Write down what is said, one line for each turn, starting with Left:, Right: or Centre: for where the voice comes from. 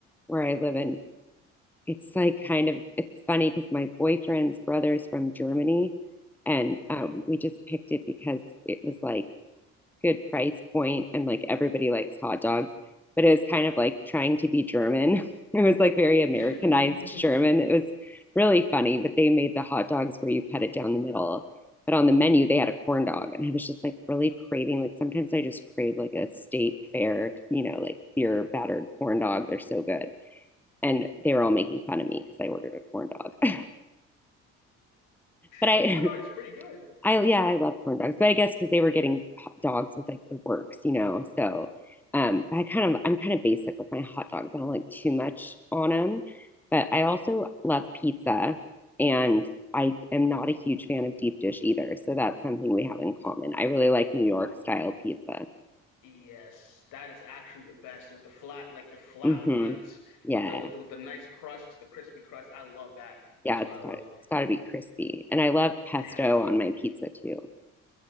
Centre: where I live and it's like kind of it's funny because my boyfriend's brother is from Germany and
Left: hmm
Centre: um, we just picked it because it was like good price point and like everybody likes hot dogs, but it was kind of like trying to be German. <laughs> It was like very Americanized
Left: <laughs>
Centre: German. It was really funny, but they made the hot dogs where you cut it down the middle. But on the menu, they had a corn dog, and I was just like really craving. Like sometimes I just crave like a state fair, you know, like your battered corn dog. They're so good and they were all making fun of me because I ordered a corn dog. <laughs> But I
Left: A corn dog is pretty good.
Centre: I yeah, I love corn dogs, but I guess because they were getting hot dogs with like the works, you know. So um, I kind
Left: Mm.
Centre: of I'm kind of basic with my hot dogs. I don't like too much on them, but I also love pizza, and I am not a huge fan of deep dish either. So that's something we have in common. I really like New
Left: Oh,
Centre: York style pizza.
Left: Yes, that is actually the best with the flat, like the flat
Centre: hmm
Left: ones
Centre: Yeah,
Left: with the with the with the nice crust, the crispy crust. I love that.
Centre: yeah,
Left: That's
Centre: it's
Left: what I love.
Centre: got it's got to be crispy, and I love pesto
Left: It has to
Centre: on
Left: be.
Centre: my pizza too.